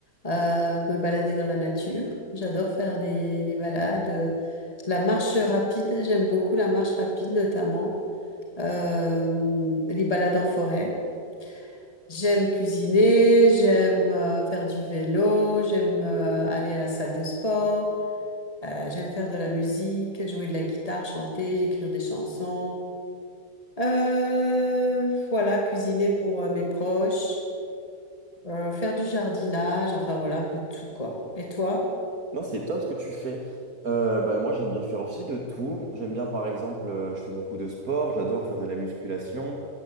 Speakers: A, on the left; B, on the right.
A: Euh, me balader dans la nature. J'adore faire les, les balades. euh, La marche rapide, j'aime beaucoup la marche rapide notamment. Euh, les balades en forêt. J'aime cuisiner, j'aime euh, faire du vélo, j'aime euh, aller à la salle de sport, euh, j'aime faire de la musique, jouer de la guitare, chanter, écrire des chansons. Euh, voilà, cuisiner pour euh, mes proches, euh, faire du jardinage, enfin voilà, un peu de tout quoi. Et toi?
B: Non, c'est top ce que tu fais. Euh, bah, moi, j'aime bien faire aussi de tout. J'aime bien, par exemple, euh, je fais beaucoup de sport, j'adore faire de la musculation.